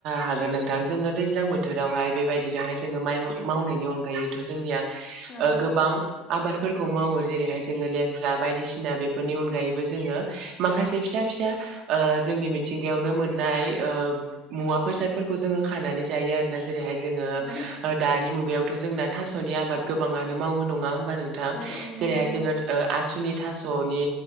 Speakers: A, on the right; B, on the left.
A: हागोन नोंथां जोङो दैज्लां बोथोरावहाय बेबायदिनोहाय जोङो माइ मावनायनि अनगायैथ' जोंनिया
B: औ
A: ओ गोबां आबादफोरखौ मावो जेरैहाय जोङो लेस्रा बायदिसिना बेफोरनि अनगायैबो जोङो माखासे फिसा फिसा ओ जोंनि मिथिंगायावनो ओ मोननाय मुवा बेसादफोरखौ जोङो खानानै जायो आरो ना जेरैहाय जोङो
B: औ
A: ओ दानि मुगायावथ' जोंना थास'नि आबाद गोबाङानो मावो नङा होमबा नोंथां
B: औ औ
A: जेरैहाय
B: नंगौ
A: जोङो आसुनि थास'नि